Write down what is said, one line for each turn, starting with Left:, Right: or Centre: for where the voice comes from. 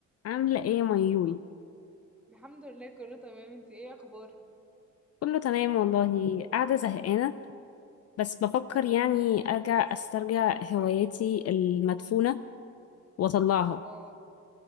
Left: عاملة ايه يا ميول؟
Centre: الحمد لله كله تمام انت ايه اخبارك
Left: كله تمام والله قاعدة زهقانة بس بفكر يعني ارجع استرجع هواياتي المدفونة واطلعها
Centre: الله